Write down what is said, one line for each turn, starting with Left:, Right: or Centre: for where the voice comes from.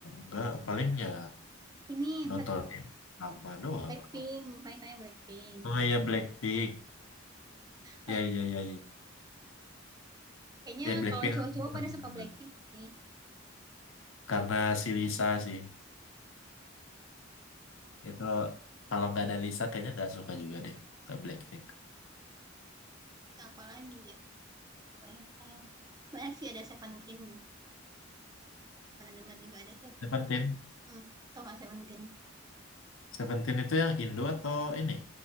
Left: nggak paling ya
Right: ini
Left: nonton
Right: Black
Left: yang sama doang
Right: Blackpink
Left: aku.
Right: paling tanya Blackpink
Left: Oh iya Blackpink.
Right: Pa-
Left: Ya ya ya ya.
Right: Kayaknya
Left: Ya Blackpink
Right: kalau cowok-cowok
Left: aku masih
Right: pada suka
Left: denger.
Right: Blackpink sih.
Left: karena si Lisa sih. Itu kalau nggak ada Lisa kayaknya nggak suka juga deh ke Blackpink.
Right: Terus apa lagi ya? Banyak, eh, banyak sih ada Seventeen. Pernah dengar juga ada Seventeen.
Left: Seventeen.
Right: Hmm, tau gak Seventeen?
Left: Seventeen itu yang Indo atau ini?